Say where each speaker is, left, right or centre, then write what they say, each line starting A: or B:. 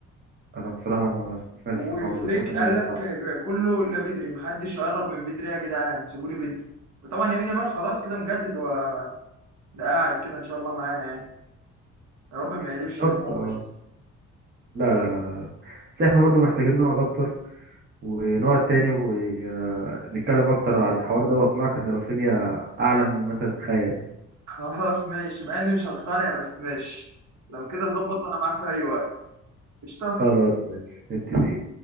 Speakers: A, on the right; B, on the right.
A: انا بصراحه ما سمعتش
B: وفليك
A: الحوار ده سمعت ان
B: قال
A: هو هيجدد
B: لك
A: عقده
B: كله الا بدري محدش يقرب من بدري يا جدعان سيبوا لي بدري وطبعا يمين يامال خلاص كده مجدد هو ده قاعد كده ان شاء الله معانا يعني يا رب ما يقلبش
A: بالظبط
B: نيمار
A: اه
B: بس
A: لا لا لا لا لا بس احنا برضو محتاجين نقعد اكتر ونقعد تاني ونتكلم اكتر على الحوار ده واقنعك ان رافينيا اعلى مما انت تتخيل يعني
B: خلاص ماشي مع اني مش هقتنع بس ماشي لو كده ظبط وانا معاك في اي وقت قشطة
A: خلاص ماشي متفقين